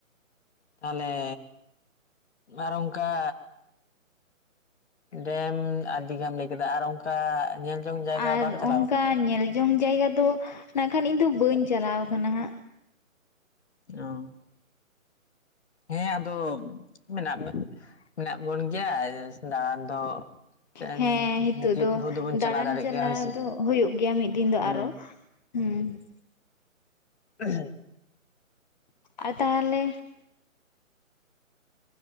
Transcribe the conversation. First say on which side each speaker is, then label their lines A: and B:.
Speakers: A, on the left; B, on the left.
A: ᱛᱟᱦᱚᱞᱮ ᱟᱨ ᱚᱱᱠᱟ ᱰᱮᱢ ᱟᱨ ᱫᱤᱜᱷᱟᱢ ᱞᱟᱹᱭ ᱠᱮᱫᱟ ᱟᱨ ᱚᱱᱠᱟ ᱧᱮᱞ ᱡᱚᱝ ᱡᱟᱭᱜᱟ
B: ᱟᱨ
A: ᱵᱟᱢ ᱪᱟᱞᱟᱣ
B: ᱚᱱᱠᱟ
A: ᱠᱟᱱᱟ?
B: ᱧᱮᱞ ᱡᱚᱝ ᱡᱟᱭᱜᱟ ᱫᱚ ᱱᱟᱜ ᱠᱷᱟᱱ ᱤᱧ ᱫᱚ ᱵᱟᱹᱧ ᱪᱟᱞᱟᱣ ᱠᱟᱱᱟ ᱦᱟᱸᱜ
A: ᱚ ᱦᱮᱸ ᱟᱫᱚ ᱢᱮᱱᱟᱜᱢᱮ ᱢᱮᱱᱟᱜ ᱵᱚᱱ ᱜᱮᱭᱟ ᱫᱟᱬᱟᱱ ᱫᱚ ᱪᱮᱫ
B: ᱦᱮᱸ ᱦᱤᱛᱚᱜ ᱫᱚ
A: ᱵᱷᱳᱨ ᱫᱚᱵᱚᱱ
B: ᱫᱟᱬᱟᱱ
A: ᱪᱟᱞᱟᱣ ᱫᱟᱲᱮᱜ
B: ᱪᱟᱞᱟᱜ
A: ᱜᱮᱭᱟ ᱦᱳᱭ ᱥᱮ
B: ᱫᱚ ᱦᱩᱭᱩᱜ ᱜᱮᱭᱟ ᱢᱤᱫ ᱫᱤᱱ ᱫᱚ
A: ᱦᱮᱸ
B: ᱟᱨᱚ ᱦᱩᱸ
A: ᱦ <unintelligible>
B: ᱟᱨ ᱛᱟᱦᱚᱞᱮ